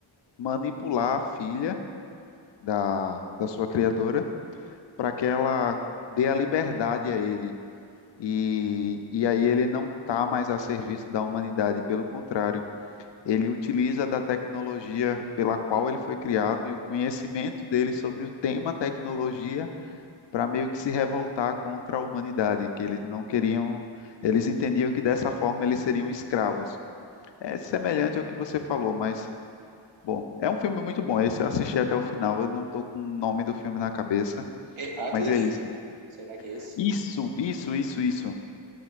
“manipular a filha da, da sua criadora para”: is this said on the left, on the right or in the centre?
Left